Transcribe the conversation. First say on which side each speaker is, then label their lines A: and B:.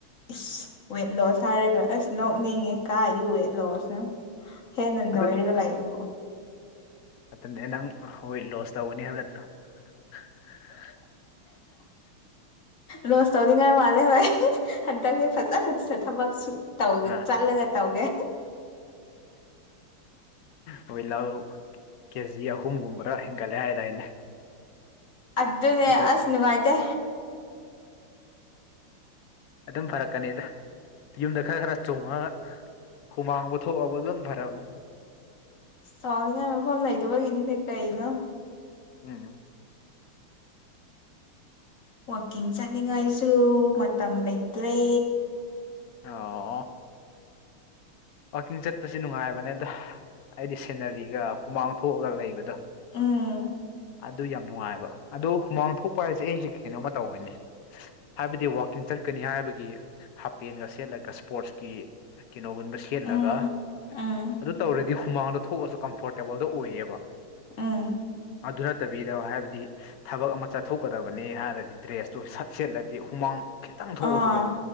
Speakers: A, on the left (about 40°); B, on the left (about 80°).
A: ꯏꯁ ꯋꯦꯠ ꯂꯣꯁ ꯍꯥꯏꯔꯒ ꯑꯁ ꯅꯣꯛꯅꯤꯡꯉꯦ ꯀꯥꯏꯗꯒꯤ ꯋꯦꯠ ꯂꯣꯁꯅꯣ ꯍꯦꯟꯅ ꯅꯣꯏꯔꯒ
B: ꯑꯗꯨ
A: ꯂꯩꯕꯕꯨ
B: ꯑꯇꯟꯗꯦ ꯅꯪ ꯑꯩꯈꯣꯏ ꯂꯣꯁ ꯇꯧꯒꯅꯤ ꯍꯥꯏꯕ ꯅꯠꯇ꯭ꯔꯣ <inaudible>
A: ꯂꯣꯁ ꯇꯧꯅꯤꯡꯉꯥꯏ ꯃꯥꯂꯦ ꯍꯣꯏ ꯍꯟꯇꯛꯗꯤ ꯐꯖꯅ ꯊꯕꯛ ꯁꯨ ꯇꯧꯒꯦ
B: ꯑꯥ
A: ꯆꯠꯂꯒ ꯇꯧꯒꯦ
B: ꯍꯣꯏ ꯂꯧ ꯀꯦꯖꯤ ꯑꯍꯨꯝꯒꯨꯝꯕꯔꯥ ꯍꯦꯟꯒꯠꯂꯦ ꯍꯥꯏꯗꯥꯏꯅꯦ
A: ꯑꯗꯨꯅꯦ
B: ꯑꯗ
A: ꯑꯁ ꯅꯨꯡꯉꯥꯏꯇꯦ
B: ꯑꯗꯨꯝ ꯐꯔꯛꯀꯅꯤꯗ ꯌꯨꯝꯗ ꯈꯔ ꯈꯔ ꯆꯣꯡꯉꯒ ꯍꯨꯃꯥꯡꯕꯨ ꯊꯣꯛꯑꯕ ꯑꯗꯨꯝ ꯐꯔꯕꯅꯤ
A: ꯆꯥꯎꯅꯤꯡꯉꯥꯏ ꯃꯐꯝ ꯂꯩꯇꯕꯒꯤꯅꯤꯅꯦ ꯀꯩꯅꯣ
B: ꯎꯝ
A: ꯋꯥꯛꯀꯤꯡ ꯆꯠꯅꯤꯡꯉꯥꯏꯁꯨ ꯃꯇꯝ ꯂꯩꯇ꯭ꯔꯦ
B: ꯑꯣ ꯋꯥꯛꯀꯤꯡ ꯆꯠꯄꯁꯦ ꯅꯨꯡꯉꯥꯏꯕꯅꯦꯗ ꯑꯩꯗꯤ ꯁꯦꯅꯔꯤꯒꯥ ꯍꯨꯃꯥꯡ ꯊꯣꯛꯑꯒ ꯂꯩꯕꯗꯣ
A: ꯎꯝ
B: ꯑꯗꯨ ꯌꯥꯝ ꯅꯨꯡꯉꯥꯏꯑꯕ ꯑꯗꯨ ꯍꯨꯃꯥꯡ ꯊꯣꯛꯄ ꯍꯥꯏꯁꯦ ꯑꯩ ꯍꯧꯖꯤꯛꯀꯤ ꯀꯩꯅꯣꯝꯃ ꯇꯧꯋꯦꯅꯦ ꯍꯥꯏꯕꯗꯤ ꯋꯥꯛꯀꯤꯡ ꯆꯠꯀꯅꯤ ꯍꯥꯏꯕꯒꯤ ꯍꯥꯄꯦꯟꯒ ꯁꯦꯠꯂꯒ ꯏꯁꯄꯣꯔ꯭ꯠꯁꯀꯤ ꯀꯩꯅꯣꯒꯨꯟ ꯀꯦꯠꯂꯒ
A: ꯎꯝ ꯎꯝ
B: ꯑꯗꯨ ꯇꯧꯔꯗꯤ ꯍꯨꯃꯥꯡꯗꯣ ꯊꯣꯛꯑꯁꯨ ꯀꯝꯐꯣꯔꯇꯦꯕꯜꯗꯣ ꯑꯣꯏꯌꯦꯕ
A: ꯎꯝ
B: ꯑꯗꯨ ꯅꯠꯇꯕꯤꯗ ꯍꯥꯏꯕꯗꯤ ꯊꯕꯛ ꯑꯃ ꯆꯠꯊꯣꯛꯀꯗꯕꯅꯤ ꯍꯥꯏꯔꯗꯤ ꯗ꯭ꯔꯦꯁꯇꯨ ꯁꯠ ꯁꯦꯠꯂꯗꯤ ꯍꯨꯃꯥꯡ ꯈꯤꯇꯪ ꯊꯣꯛꯑꯁꯨꯀꯣ
A: ꯑꯥ